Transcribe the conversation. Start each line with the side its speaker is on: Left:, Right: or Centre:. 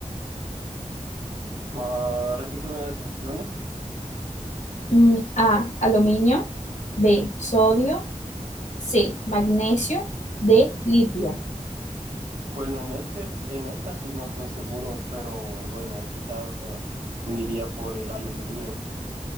Right: Ah, repíteme las opciones.
Left: Mm, A, aluminio, B, sodio, C, magnesio, D, litio.
Right: Bueno, en este, sí- en esta sí no estoy seguro, pero bueno, quizás ah, me iría por el aluminio.